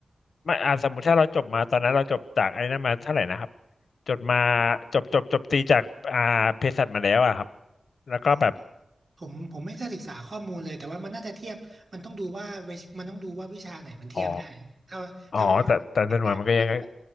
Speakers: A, on the left (about 80°); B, on the right (about 50°).
A: ไม่อ่ะสมมติถ้าเราจบมาตอนนั้นเราจบจากไอ้นั่นมาเท่าไหร่นะครับจบมาจบจบจบตีจากอ่าเภสัชมาแล้วอะครับแล้วก็แบบ
B: อ๋อผมผมไม่เคยศึกษาข้อมูลเลยแต่ว่ามันน่าจะเทียบมันต้องดูว่าวิมันต้องดูว่าวิชาไหนมันเทียบได้ถ้าถ้าวิชาไหนเทียบได้มันก็จะแบบ
A: อ๋ออ๋อแต่แต่จำนวนใหญ่มันก็ยัง